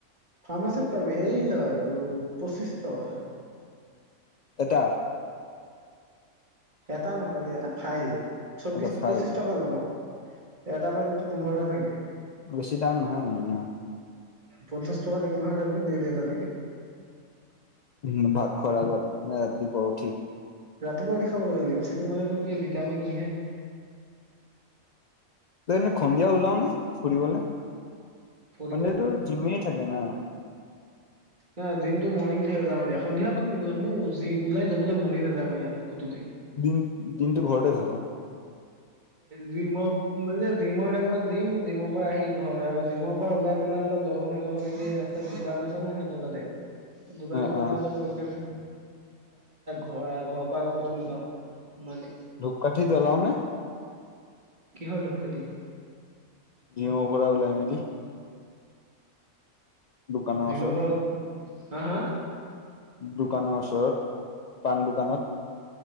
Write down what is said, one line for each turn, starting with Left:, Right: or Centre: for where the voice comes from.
Right: ফাৰ্মাচিতত পাব সেইৰি লয় টোৰ পঁচিছ টকা।
Left: এটা।
Right: এটা নহয় দে এটা ফাইল চৌবিশ
Left: এটা ফাইল
Right: পঁচিশ টকা ল'ব। এটা পেলেতো পোন্ধৰটা থাকে।
Left: বেছি দাম নহয় মানে ন।
Right: পঞ্চাশ টকাত একমাহৰ টেবলেট দেইলি এটা।
Left: উ ভাত খোৱাৰ আগত নে ৰাতি পোৱা উঠি।
Right: ৰাতিপুৱা উঠি খাব লাগে লিমচিটো মানে তোৰ কি ভিটামিন ইহে।
Left: এনেই সন্ধিয়া ওলাৱ নে ফুৰিবলে।
Right: ফুৰিব
Left: সন্ধিতো জিমে থাকে ন
Right: ন দিনটো মৰৰ্ণিং যাওঁ এতিয়া সন্ধিয়া নলাই মই ওলাই যাব মনে নাযায় আমাৰ ইয়াত কতো
Left: দিন দিনটো ঘৰতে থাক
Right: জিমৰ মানে জিমৰ টাইমত জিম জিমৰ পৰা আহি ঘৰ আৰু জিমৰ ত ওলাই পেলাই অল লগৰ খিনিৰ লগত এমি ৰাস্তাত দোকান আছে না সিহতৰ তাতে দোকান
Left: অ
Right: দোকানে
Left: অ
Right: অলপ ৰখি ৰখি ঘৰ ঘৰৰ পৰা আ কতো নোলাও মানে
Left: ধূপকাঠি জলাৱ নে?
Right: কিহৰ ধুপকাঠি
Left: জিমৰ পৰা ওলাই মেলি দোকানৰ
Right: জিমৰ
Left: ওচৰত
Right: পৰা হা হা
Left: দোকানৰ ওচৰত পাণ দোকানত